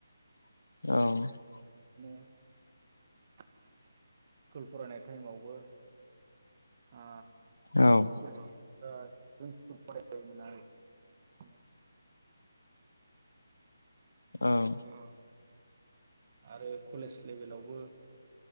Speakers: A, on the left; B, on the right.
A: औ
B: बिदिनो स्कुल फरायनाय टाइमावबो आ
A: औ
B: स्कुल बाव ओ जों स्कुल फरायबायमोन आरो बे समाव
A: औ
B: ओरैनो आरो कलेस लेभेलावबो